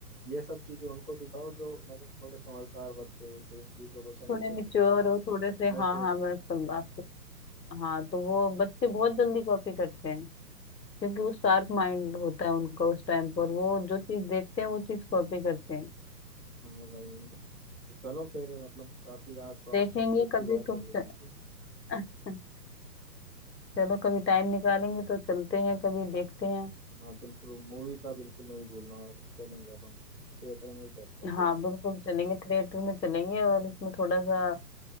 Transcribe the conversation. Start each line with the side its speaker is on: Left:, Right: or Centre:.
Centre: ये सब चीज़ें उनको दिखाओ जो मतलब थोड़े समझदार बच्चे हो जो इन चीज़ों को समझ
Left: थोड़े
Centre: सके
Left: मिच्योर
Centre: कि हाँ
Left: हो थोड़े से
Centre: मैं
Left: हाँ
Centre: तो
Left: हाँ
Centre: रही
Left: बस
Centre: हूँ।
Left: सब आपके हाँ तो वो बच्चे बहुत जल्दी कॉपी करते हैं क्योंकि वो शार्प माइंड होता है उनका उस टाइम पर वो जो चीज देखते हैं वो चीज कॉपी करते हैं
Centre: हाँ भाई तो चलो फिर मतलब काफ़ी आज तो आपसे
Left: देखेंगे
Centre: अच्छी अच्छी
Left: कभी
Centre: बातें
Left: तुम
Centre: हो गई
Left: <laughs>
Centre: इनकी
Left: चलो कभी टाइम निकालेंगे तो चलते हैं कभी देखते हैं
Centre: हाँ बिल्कुल मूवी का बिल्कुल नहीं भूलना चलेंगे अपन थिएटर में ही करते हैं फिर
Left: हाँ बिल्कुल चलेंगे थिएटर में चलेंगे और इसमें थोड़ा सा